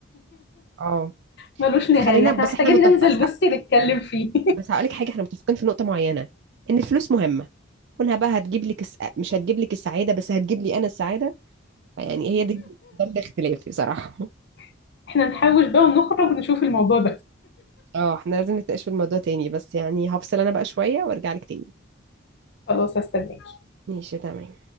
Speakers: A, on the right (about 60°); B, on the left (about 55°).
A: اه
B: ملوش
A: بس
B: نهاية
A: خلينا
B: احنا
A: بس
B: محتاجين
A: احنا متفق
B: ننزل
A: بس ه-
B: بس نتكلم فيه
A: بس هقولك حاجه احنا متفقين في نقطه معينه ان الفلوس مهمه كونها بقى هتجيب لك الس... مش هتجيب لك السعاده بس هتجيب لي انا السعاده فيعني هي دي ده الاختلاف بصراحه <laughs>
B: <laughs> احنا نحوش بقى ونخرج نشوف الموضوع ده
A: اه احنا لازم نتناقش في الموضوع تاني بس يعني هفصل انا بقى شويه وارجع لك تاني
B: خلاص هستناك
A: ماشي تمام